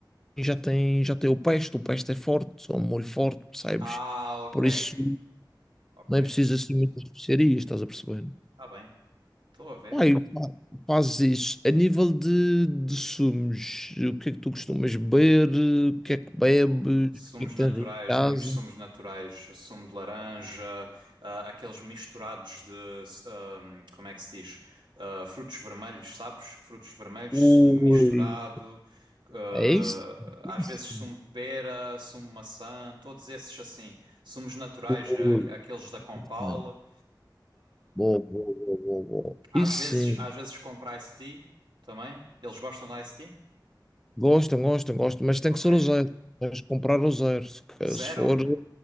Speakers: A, in the centre; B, on the right.
A: já tem, já tem o peste, o peste é forte, é um molho forte, percebes?
B: Ah, ok.
A: Por isso
B: Ok.
A: não é preciso assim muitas especiarias, estás a perceber?
B: Está bem. Estou a ver.
A: Aí, fazes isso. A nível de, de sumos, o que é que tu costumas beber? O que é que bebes?
B: Uh,
A: O
B: sumos
A: que é que tens
B: naturais,
A: em casa?
B: muitos sumos naturais, sumo de laranja, ah, aqueles misturados de, ahm, como é que se diz? Ah, frutos vermelhos, sabes? Frutos vermelhos,
A: Ui,
B: sumo misturado, ah,
A: é isso?
B: às
A: Isso.
B: vezes sumo de pera, sumo de maçã, todos esses assim, sumos naturais,
A: Ui,
B: ah, aqueles da Compal.
A: mano. Boa, boa, boa, boa, boa.
B: Às
A: Isso
B: vezes,
A: sim.
B: às vezes compro iced tea também. Eles gostam de iced tea?
A: Gostam, gostam, gostam, mas tem
B: Ok.
A: que ser o zero. Tens que comprar o zero. Se
B: Zero?
A: se for zero,